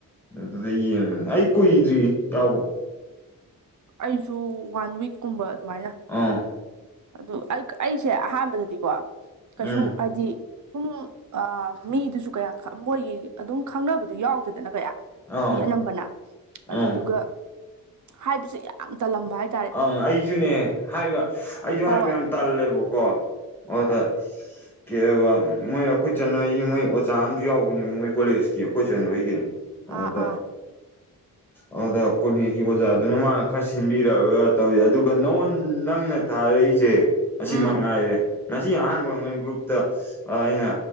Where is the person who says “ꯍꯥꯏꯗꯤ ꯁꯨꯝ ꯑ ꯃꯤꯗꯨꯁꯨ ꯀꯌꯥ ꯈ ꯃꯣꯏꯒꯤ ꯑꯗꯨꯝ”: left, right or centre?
Right